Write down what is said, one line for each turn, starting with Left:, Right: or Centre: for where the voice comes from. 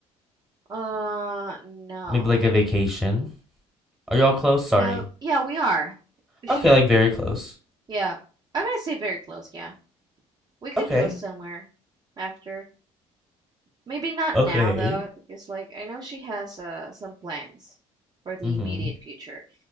Right: Uh, no.
Centre: Maybe like a vacation. Are y'all close? Sorry.
Right: You know, yeah, we are. Sure.
Centre: Okay, like very close.
Right: Yeah. I'm gonna say very close. Yeah. We could
Centre: Okay.
Right: go somewhere after. Maybe not
Centre: Okay.
Right: now though, because like I know she has uh some plans for the
Centre: Mm-hmm.
Right: immediate future,